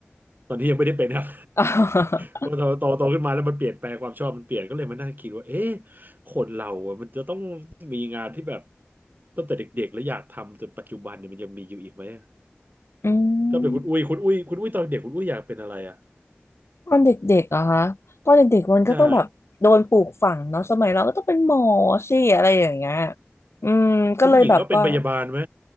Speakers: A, on the right; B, on the left.
A: ตอนที่ยังไม่ได้เป็นครับ
B: อ๋อ
A: <laughs> พอาโตโตขึ้นมาแล้วมันเปลี่ยนแปลงความชอบมันเปลี่ยนก็เลยมานั่งคิดว่าเอ๊ะคนเราอะมันจะต้องมีงานที่แบบตั้งแต่เด็กๆแล้วอยากทำจนปัจจุบันเนี่ยมันยังมีอยู่อีกไหมอะ
B: <laughs> อื
A: ถ้าเป็นคุณอุ้ยคุณอุ้ยคุณอุ้ยตอนเด็กคุณอุ้ยอยากเป็นอะไรอ่ะ
B: มตอนเด็กๆเหรอคะตอนเด็กๆมันก็ต้องแบบโดนปลูกฝังเนาะ
A: ใช่
B: สมัยเราก็ต้องเป็นหมอสิอะไรอย่างเงี้ยอืมก็เลยแบบว่า
A: คือผู้หญิงก็เป็นพยาบาลไหม